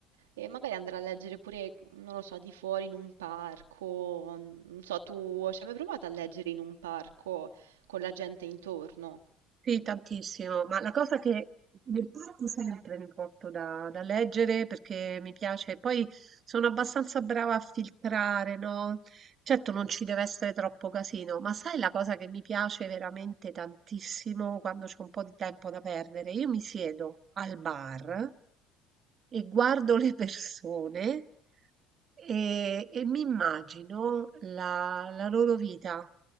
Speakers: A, on the right (about 80°); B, on the right (about 45°).
A: e magari andare a leggere pure, non lo so, di fuori in un parco. n- Non so, tu ci hai mai provato a leggere in un parco con la gente intorno?
B: Sì, tantissimo, ma la cosa che mi porto sempre mi porto da, da leggere perché mi piace, poi sono abbastanza brava a filtrare, no? Certo non ci deve essere troppo casino, ma sai la cosa che mi piace veramente tantissimo quando c'è un po' di tempo da perdere? Io mi siedo al bar e guardo le persone e, e mi immagino la, la loro vita.